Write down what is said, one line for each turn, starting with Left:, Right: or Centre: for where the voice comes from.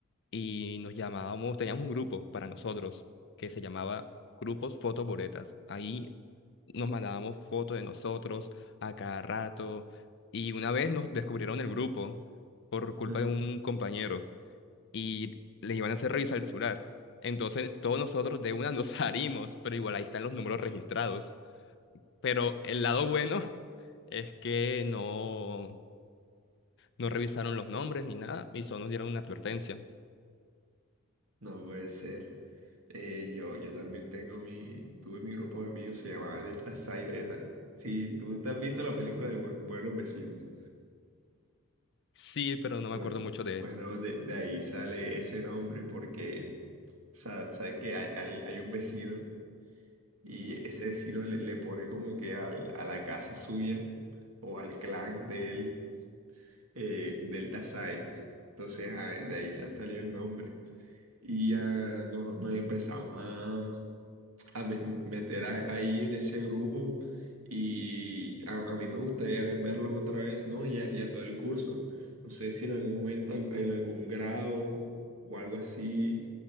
Left: y nos llamábamos, teníamos un grupo para nosotros que se llamaba Grupos Fotoboretas. Ahí nos mandábamos fotos de nosotros a cada rato y una vez nos descubrieron el grupo por culpa
Right: <laughs>
Left: de un compañero y les iban a hacer revisar el celular. Entonces todos nosotros de una nos <laughs> salimos, pero igual ahí están los números registrados. Pero el lado bueno <laughs> es que no, no revisaron los nombres ni nada y solo nos dieron una advertencia.
Right: No puede ser. Eh, yo, yo también tengo mi, tuve mi grupo de amigos, se llamaba Delta Psi Beta. Sí, tú te has visto la película de Bu- Buenos Vecinos.
Left: Sí, pero no
Right: Bueno,
Left: me acuerdo mucho de
Right: bueno, de, de ahí sale ese nombre porque O sea, sabes que hay, hay, hay un vecino y ese vecino le, le pone como que al- a la casa suya o al clan de él, eh, del Tasai. Entonces, ah, de ahí sal- salió el nombre. Y ya no- nos, empezamos a, a me- meter a- ahí en ese grupo. Y a, a mí me gustaría ve- verlos otra vez, ¿no? Ya, ya todo el curso. No sé si en algún momento, al- en algún grado o algo así